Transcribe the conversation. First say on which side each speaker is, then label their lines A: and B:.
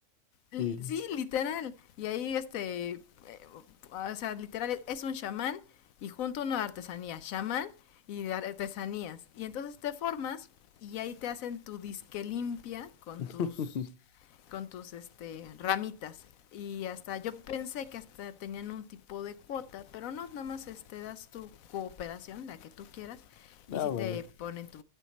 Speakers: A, on the left (about 80°); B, on the left (about 60°).
A: L-
B: Sí.
A: sí, literal. Y ahí este, eh, o sea, literal e, es un chamán y junto una artesanía, chamán y de artesanías. Y entonces te formas y ahí te hacen tu disque limpia con
B: <laughs>
A: tus con tus este ramitas y hasta yo pensé que hasta tenían un tipo de cuota, pero no, nada más este das tu cooperación, la que tú quieras,
B: No,
A: y si sí te
B: vale.
A: ponen tu,